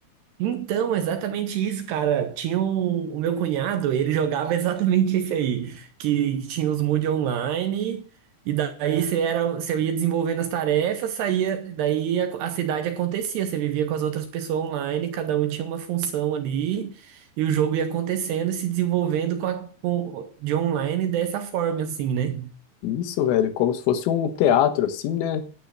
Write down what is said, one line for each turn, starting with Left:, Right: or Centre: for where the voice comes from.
Right: Então, exatamente isso, cara. Tinha um- o meu cunhado, ele jogava exatamente esse aí, que tinha os mood online, e daí você era, você ia desenvolvendo as tarefas, saía, daí a, a cidade acontecia, você vivia com as outras pessoas online, cada um tinha uma função ali, e o jogo ia acontecendo e se desenvolvendo com a- com- de online dessa forma, assim, né?
Left: Isso, velho, como se fosse um teatro, assim, né?